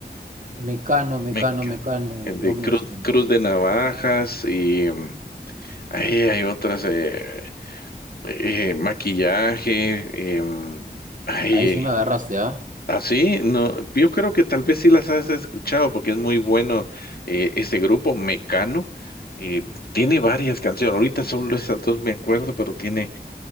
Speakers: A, on the right; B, on the left.
A: Mecano, mecano,
B: Mecano,
A: mecano,
B: el
A: no
B: de
A: me
B: Cruz,
A: suena.
B: Cruz de Navajas y mm, ahí hay otras, eh, eh, maquillaje, em, ay,
A: Ahí sí me agarraste, ¿ah?
B: así, no, yo creo que tal vez sí las has escuchado porque es muy bueno eh, ese grupo Mecano. eh, tiene varias canciones, ahorita solo esas dos me acuerdo, pero tiene,